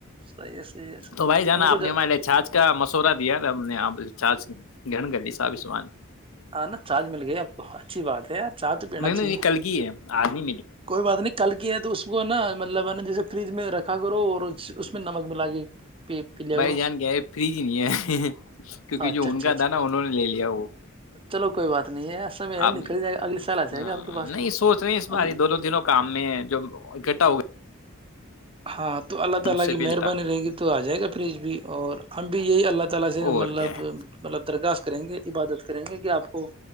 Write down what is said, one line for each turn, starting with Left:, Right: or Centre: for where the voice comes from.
Right: صیح ہے صحیح ہے صحیح
Left: تو
Right: ہے
Left: بھائی جانا
Right: ان کو
Left: آپ نے
Right: جو
Left: ہمارے لیے چھاچ کا مسورا دیا نا ہم نے آپ چ گن گ لی ساب سو
Right: ہاں نا چارج مل گئی آپ کو اچھی بات ہے یار چائے تو پینا
Left: نہی
Right: چاہیے
Left: نہیں یہ کل کی ہے آدمی
Right: کوئی بات نہیں کل کی ہے تو اس اس کو نا مطلب ہے نا جیسے فریج میں رکھا کرو اور اس میں نمک ملا کے پی پی لیا
Left: بھائی
Right: کرو
Left: جان گ ہے فریج نہیں ہے کیونکہ
Right: اچھا
Left: جو ان
Right: اچھا
Left: کا
Right: اچھا
Left: تھا نا انہوں نے لے لیا وہ
Right: چلو کوئی بات نہیں ہے سمے ہے
Left: آپ
Right: نکل جائے گا اگلے سال آ
Left: نہیں
Right: جائے گا آپ کے پاس میں
Left: سوچ رہے اس
Right: ا
Left: بار دونوں تینوں کام میں جب اکٹھا ہو گیا
Right: ہاں تو اللہ تعالی
Left: مجھ سے
Right: کی
Left: بھی
Right: مہربانی
Left: لٹا
Right: رہے گی تو آ جائے گا پریج بھی اور ہم بھی یہی اللہ تعالی سے
Left: اور
Right: مطلب
Left: کیا ہے
Right: مطلب درخواست کریں گے عبادت کریں گے کہ آپ کو